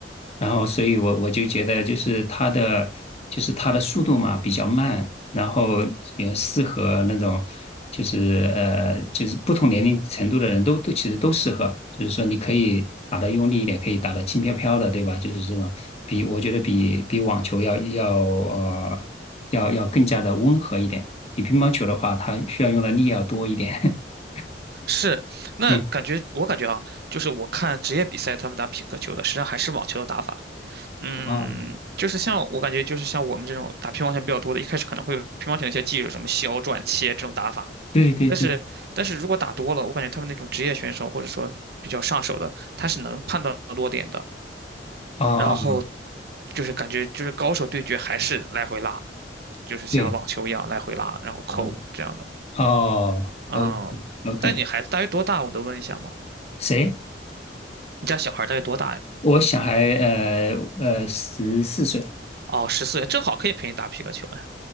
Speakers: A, on the left; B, on the right.
A: 然后所以我我就觉得就是它的就是它的速度嘛比较慢，然后比较适合那种就是呃就是不同年龄程度的人都都其实都适合，就是说你可以打得用力一点，可以打得轻飘飘的，对吧？就是这种比我觉得比比网球要要呃要要更加的温和一点，比乒乓球的话，它需要用的力要多一点。<laughs>
B: 是，那感觉我感觉啊，
A: 嗯，
B: 就是我看职业比赛他们打匹克球的，实际上还是网球的打法，嗯，
A: 哦，
B: 就是像我感觉，就是像我们这种打乒乓球比较多的，一开始可能会有乒乓球的一些技术，什么削、转、切这种打法。
A: 对对对。
B: 但是，但是如果打多了，我感觉他们那种职业选手或者说比较上手的，他是能判断落点的。
A: 哦，
B: 然后
A: 哦
B: 就是感觉就是高手对决还是来回拉，就是像网球一样来回拉，
A: 对，
B: 然后扣这样的。
A: 嗯哦，
B: 嗯，
A: 哦，OK，
B: 但你孩子大约多大？我能问一下吗？
A: 谁？
B: 你家小孩大约多大呀？
A: 我小孩呃呃十四岁，
B: 哦，十四岁，正好可以陪你打皮克球呀。